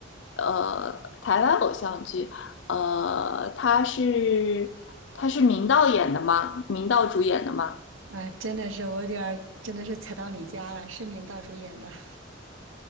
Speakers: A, on the left (about 65°); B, on the right (about 85°).
A: 呃台湾偶像剧，呃，他是他是明道演的吗？明道主演的吗？
B: 啊，真的是我有点儿真的是踩到你家了，是明道主演的。<laughs>